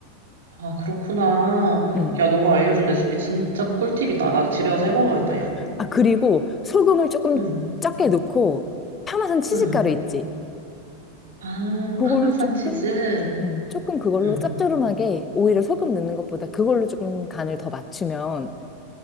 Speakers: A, on the right (about 60°); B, on the left (about 20°).
A: 아, 그렇구나.
B: 음.
A: 야, 너가 알려준 레시피 진짜 꿀팁이다. 나도 집에 가서 해먹어야겠다, 야.
B: 아, 그리고 소금을 조금
A: 음,
B: 적게 넣고 파마산 치즈가루
A: 음.
B: 있지.
A: 아,
B: 그걸로
A: 파마산
B: 조금,
A: 치즈.
B: 음, 조금 그걸로
A: 음.
B: 짭조름하게 오히려 소금 넣는 것보다 그걸로 조금 간을 더 맞추면